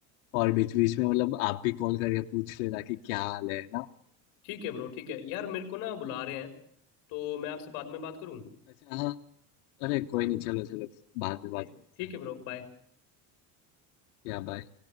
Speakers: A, on the left (about 80°); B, on the left (about 50°).
A: और बीच बीच में मतलब आप भी कॉल करके पूछ लेना कि क्या हाल है ना
B: ठीक है ब्रो ठीक है यार मेरे को ना बुला रहे हैं तो मैं आपसे बाद में बात करूँ
A: अच्छा हाँ अरे कोई नहीं चलो चलो बाद में
B: ठीक
A: बात
B: है
A: करते
B: ठीक
A: हैं
B: है ब्रो बाय
A: या बाय